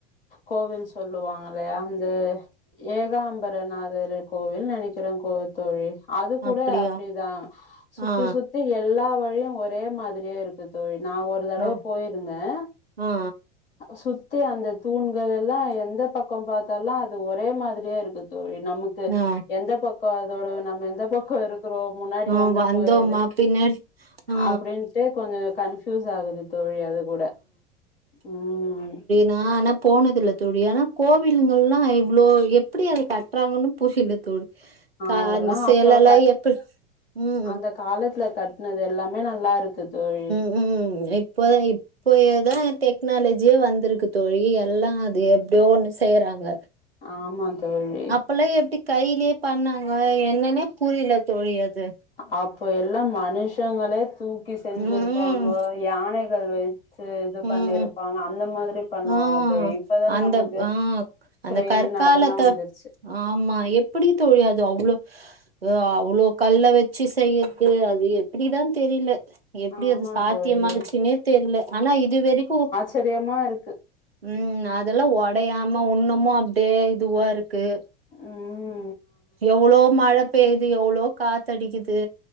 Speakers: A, on the left; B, on the right.
A: கோவில் சொல்லுவாங்கல்லையா அந்த ஏகாம்பரநாதர் கோவில் நினைக்கிறேன் கோ தோழி அது கூட
B: அப்டியா
A: அப்படிதான் சுத்தி
B: ஆ
A: சுத்தி எல்லா வழியும் ஒரே மாதிரியே இருக்கு தோழி நான் ஒரு தடவ
B: ஆ
A: போயிருந்தேன்
B: ஆ
A: சுத்தி அந்த தூண்கள் எல்லாம் எந்த பக்கம் பாத்தாலும் அது ஒரே மாதிரியே இருக்கு தோழி நமக்கு இது நமக்கு
B: ஆ
A: எந்த பக்கம் அதோட நம்ம எந்த பக்கம் இருக்கிறோம் முன்னாடி
B: ஆ
A: வந்த
B: வந்தோமா
A: போயி
B: பின்னாடி ஆ
A: அப்படின்ட்டு கொஞ்சம் கன்பியூஸ் ஆகுது தோழி அது கூட உஹம்
B: நான் ஆனா போனது இல்ல தோழி ஆனா கோவில்ங்களா இவ்வளோ எப்டி அத கட்டுறாங்கன்னு புரியல தோழி அ
A: அதெல்லா
B: சீலைலாம்
A: அப்ப கட்
B: எப்படி உம்
A: அந்த காலத்துல கட்டுனது எல்லாமே நல்லா இருக்கு தோழி
B: உம் இப்போ இப்ப ‌இதுதான் டெக்னாலஜியே வந்திருக்கு தோழி எல்லா அது எப்படியோ வந்துச்சு செய்றாங்க
A: ஆமா தோழி
B: அப்பல்லாம் எப்டி கையிலயே பண்ணாங்களா என்னன்னே புரியல தோழி அது
A: அப்ப எல்லாம் மனுஷங்களே தூக்கி செஞ்சிருப்பாங்க
B: ம்
A: யானைகள் இது
B: ம்
A: பண்ணிருப்பாங்க அந்த மாதிரி பண்ணுவாங்க
B: ஆ
A: ஆமா தோழி இப்பதான்
B: அந்த
A: நமக்கு
B: ஆ அந்த
A: கிரேன்
B: கற்காலத்த
A: அதெல்லாம் வந்துருச்சு
B: ஆமா எப்படி தோழி அது அவ்ளோ அவ்ளோ கல்ல வச்சு செய்யறது அது எப்படிதான் தெரியல எப்படி
A: ஆமா
B: அது சாத்தியமாச்சுன்னே
A: தோழி
B: தெரியல ஆனா இது வரைக்கும்
A: தெரியமா இருக்கு
B: உம் அதெல்லாம் உடையாம இன்னமும் அப்படியே இதுவா இருக்கு.
A: உஹம்
B: எவ்வளோ மழை பெய்யுது எவ்வளோ காத்தடிக்குது